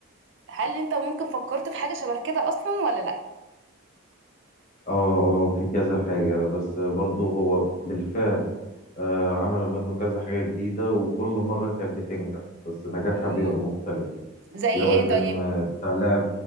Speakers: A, on the right; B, on the left.
A: هل انت ممكن فكرت في حاجة شبه كده اصلا ولا لا
B: اه اه في كذا حاجة بس برضه هو بالفعل آه عملوا منه كذا حاجة جديدة وكل مرة كانت بتنجح بس نجاحها
A: مم.
B: بيبقى مختلف
A: زي
B: اللي هو
A: ايه
B: الفيلم
A: طيب
B: بتاع لعب